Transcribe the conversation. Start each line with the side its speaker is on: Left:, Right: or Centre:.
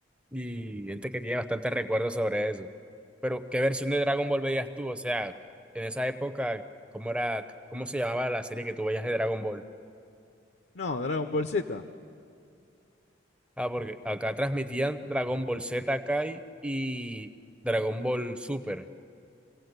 Centre: y gente que tiene bastantes recuerdos sobre eso. Pero, ¿qué versión de Dragon Ball veías tú? O sea, en esa época, ¿cómo era, cómo se llamaba la serie que tú veías de Dragon Ball?
Left: No, Dragon Ball Z.
Centre: Ah, porque acá transmitían Dragon Ball Z Kai y Dragon Ball Super.